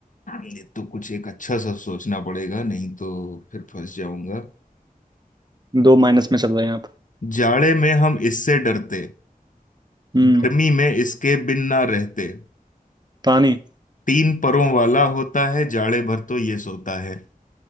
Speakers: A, on the left (about 60°); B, on the right (about 30°).
A: ये तो कुछ एक अच्छा सा सोचना पड़ेगा नहीं तो फिर फंस जाऊंगा
B: दो माइनस में चल रहे हैं आप
A: जाड़े में हम इससे डरते
B: हम्म
A: गर्मी में इसके बिन ना रहते
B: पानी
A: तीन परों वाला होता है जाड़े भर तो ये सोता है